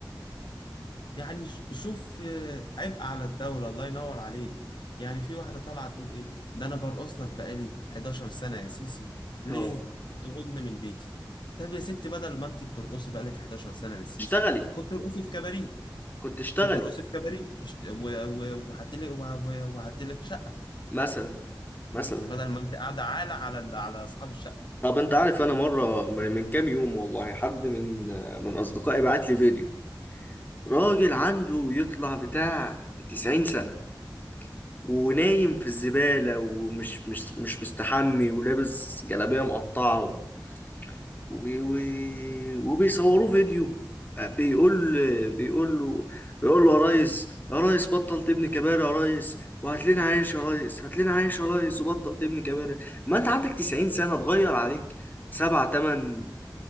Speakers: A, on the left; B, on the left.
A: يعني ش- شوف آه، عبء على الدولة الله ينور عليك يعني في واحدة طالعة تقول إيه ده أنا برقص لك بقالي 11 سنة يا سيسي ليه
B: اه
A: تطردني من بيتي طب يا ستي بدل ما أنت بترقصي بقالك 11 سنة للسيسي
B: اشتغلي
A: كنت ارقصي في كباريه
B: كنت اشتغلي
A: كنت ارقصي في كباريه اشت- و- و- وهاتلك و- و- وهاتلك شقة
B: مثلا مثلا
A: بدل ما أنت قاعدة عالة على على أصحاب الشقة
B: طب انت عارف انا مرة من من كام يوم والله حد من من اصدقائي بعت لي فيديو راجل عنده يطلع بتاع 90 سنة ونايم في الزبالة ومش مش مش مستحمي ولابس جلابية مقطعة و- و- وبيصوروه فيديو آه، بيقول بيقول له بيقول له يا ريس يا ريس بطل تبني كباري يا ريس وهات لنا عيش يا ريس هات لنا عيش يا ريس وبطل تبني كباري ما انت عندك 90 سنة اتغير عليك سبع تمن